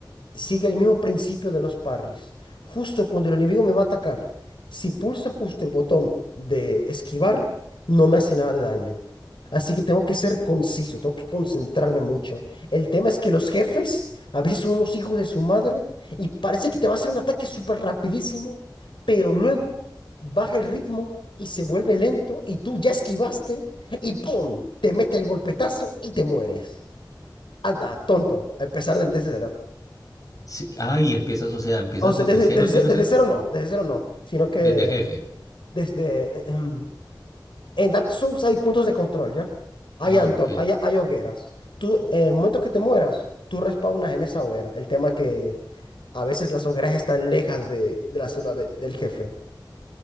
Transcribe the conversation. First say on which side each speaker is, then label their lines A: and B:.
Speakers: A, on the left; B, on the left.
A: sigue el mismo principio de los parries. Justo cuando el enemigo me va a atacar, si pulso justo el botón de esquivar, no me hace nada de daño. Así que tengo que ser conciso, tengo que concentrarme mucho. El tema es que los jefes a veces son unos hijos de su madre y parece que te va a hacer un ataque súper rapidísimo, pero luego baja el ritmo y se vuelve lento y tú ya esquivaste y ¡pum! Te mete el golpetazo y te mueres. Anda, tonto, a empezar desde cero.
B: sí. Ah, y empiezas, o sea, empiezas
A: O sea,
B: desde
A: desde,
B: cero,
A: desde,
B: cero,
A: desde
B: cero.
A: cero no, desde cero no, sino que
B: Desde jefe.
A: desde... eh, em, en Dark Souls hay puntos de control, ¿ya? Hay
B: Ah,
A: Antor,
B: ok.
A: hay, hay hogueras. Tú, en el momento que te mueras, tú respawnas en esa hoguera. El tema es que a veces las hogueras están lejas de, de la zona del del jefe.